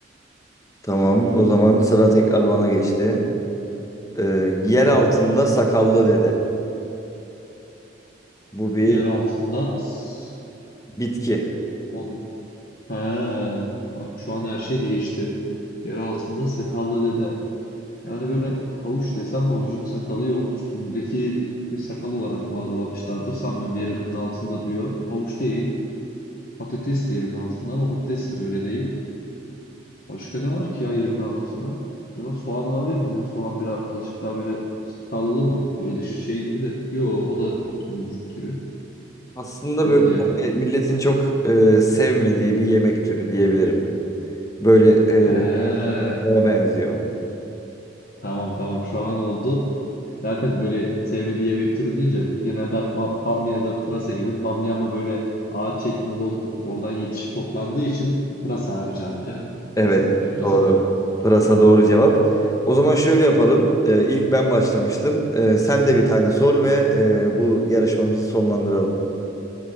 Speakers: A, on the left (about 20°); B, on the left (about 50°).
A: Tamam, o zaman sıra tekrar bana geçti. Ee, yer altında sakallı dede. Bu bir
B: Yer altında s-
A: bitki.
B: on... He, bak şu an her şey değişti. Yer altında sakallı dede. Yani böyle havuç desem havucun sakalı yok. Üstündeki sakal olarak mı algılamışlardır sanmıyorum. Yerinin altında diyor. Havuç değil. Patates de yerin altında ama patates de öyle değil. Başka ne var ki ya yerin altında? Acaba soğan olabilir mi ya? Soğan birazcık daha böyle sakallı mı? Böyle dışı şey gibi de. Yo o da tomurcuk gibi.
A: Aslında
B: Gelmedi
A: böyle
B: ya.
A: hani milletin çok e, sevmediği bir yemek türü diyebilirim. Böyle
B: He.
A: e, kokmaya benziyor.
B: Tamam tamam şu an oldu. Zaten böyle sevmediği yemek türü deyince genelde aklıma bamya ya da pırasa gelir. Bamya ama böyle ağaç şeklinde olup oradan yetişip toplandığı için pırasa abi cevap ya.
A: Evet,
B: Kesinlikle pırasa
A: doğru.
B: diyorum.
A: Pırasa doğru cevap. O zaman şöyle yapalım. Ee, ilk ben başlamıştım. Ee, sen de bir tane sor ve e, bu yarışmamızı sonlandıralım.